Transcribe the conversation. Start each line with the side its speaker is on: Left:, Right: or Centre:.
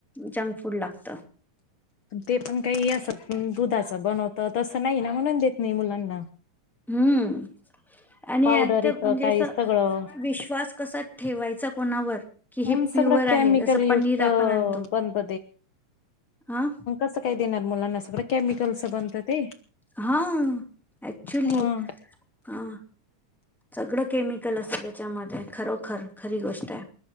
Centre: जंक फूड लागत.
Left: ते पण काही असं दुधाचं बनवत तसं नाही ना, म्हणून देत नाही मुलांना.
Centre: हूं आणि
Left: पावडर
Centre: आता
Left: येतं
Centre: म्हणजे
Left: काही
Centre: असं
Left: सगळं
Centre: विश्वास कसा ठेवायचा कोणावर, कि हे
Left: हम्म
Centre: प्युअर
Left: सगळं केमिकल
Centre: आहे जसं
Left: युक्त
Centre: पनीर आपण आणतो
Left: बनत
Centre: ह!
Left: कस काय देणार मुलांना सगळं केमिकलचं बनतं ते.
Centre: हा याक्चुली
Left: ह
Centre: हा! सगळं केमिकल असतं त्याच्यामध्ये, खरोखर खरी गोष्ट आहे.